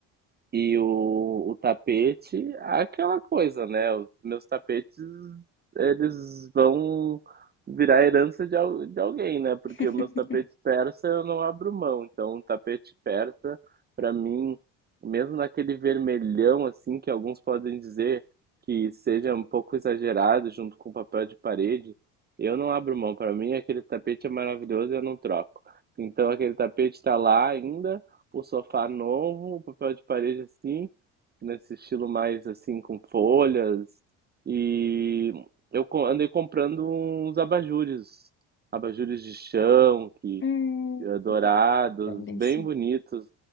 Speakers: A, on the right; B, on the left.
A: e o, o tapete, é aquela coisa, né? Os meus tapetes, eles vão virar herança de, al- de alguém, né? Porque
B: <laughs>
A: os meus tapetes persa eu não abro mão. Então, um tapete persa, pra mim, mesmo naquele vermelhão, assim, que alguns podem dizer que seja um pouco exagerado junto com papel de parede, eu não abro mão. Pra mim, aquele tapete é maravilhoso e eu não troco. Então, aquele tapete tá lá ainda um sofá novo, um papel de parede assim, nesse estilo mais assim com folhas. E eu co- andei comprando uns abajures, abajures de chão, que
B: Hum,
A: eh, dourados,
B: delícia.
A: bem bonitos,